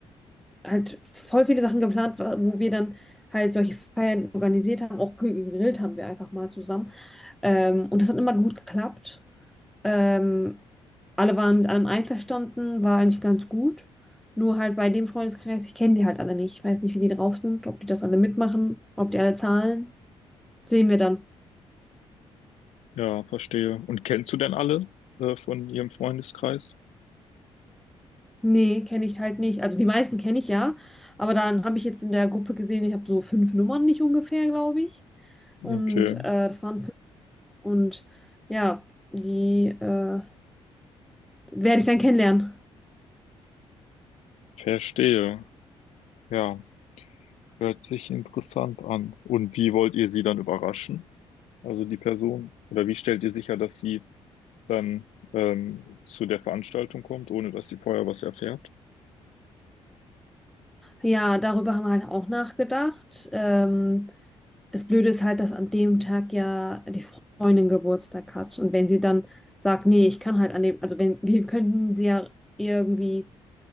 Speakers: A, in the centre; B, on the left (about 70°).
A: halt voll viele Sachen geplant, wo wir dann halt solche Feiern organisiert haben, auch ge- gegrillt haben wir einfach mal zusammen. Ähm, und das hat immer gut geklappt. Ähm, alle waren mit allem einverstanden, war eigentlich ganz gut. Nur halt bei dem Freundeskreis, ich kenne die halt alle nicht. Ich weiß nicht, wie die drauf sind, ob die das alle mitmachen, ob die alle zahlen. Sehen wir dann.
B: Ja, verstehe. Und kennst du denn alle äh, von ihrem Freundeskreis?
A: Nee, kenne ich halt nicht. Also die meisten kenne ich ja, aber dann habe ich jetzt in der Gruppe gesehen, ich habe so fünf Nummern nicht ungefähr, glaube ich. Und
B: Okay,
A: äh, das waren Und ja, die äh, werde ich dann kennenlernen.
B: verstehe. Ja, hört sich interessant an. Und wie wollt ihr sie dann überraschen? Also die Person? Oder wie stellt ihr sicher, dass sie dann ähm, zu der Veranstaltung kommt, ohne dass sie vorher was erfährt.
A: Ja, darüber haben wir halt auch nachgedacht. Ähm, das Blöde ist halt, dass an dem Tag ja die Freundin Geburtstag hat. Und wenn sie dann sagt, nee, ich kann halt an dem, also wenn, wir könnten sie ja irgendwie